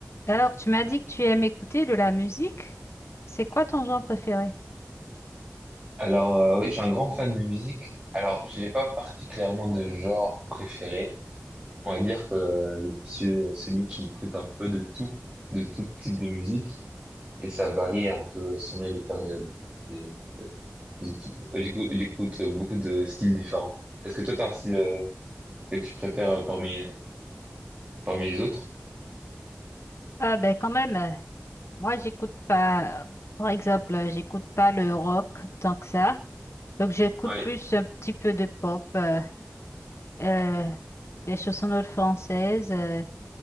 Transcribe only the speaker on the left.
Alors, tu m'as dit que tu aimes écouter de la musique. C'est quoi ton genre préféré?
Ah ben quand même, euh, moi j'écoute pas, par exemple, euh, j'écoute pas le rock tant que ça. Donc j'écoute
plus un petit peu de pop, euh, euh, des chansonnettes françaises, euh,